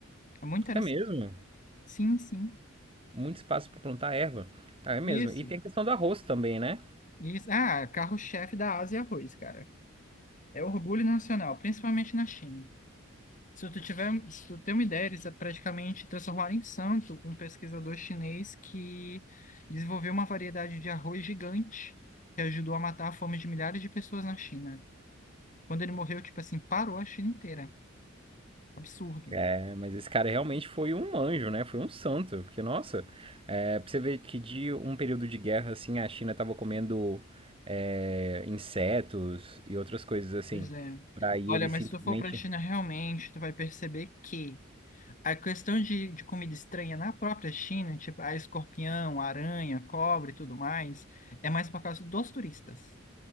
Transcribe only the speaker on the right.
É mesmo?
Muito espaço para plantar erva. Ah, é mesmo.
E tem a questão do arroz também, né?
É, mas esse cara realmente foi um anjo, né? Foi um santo. Porque, nossa, é, pra você ver que de um período de guerra, assim, a China tava comendo é, insetos e outras coisas assim.
Pra aí
ele
simplesmente.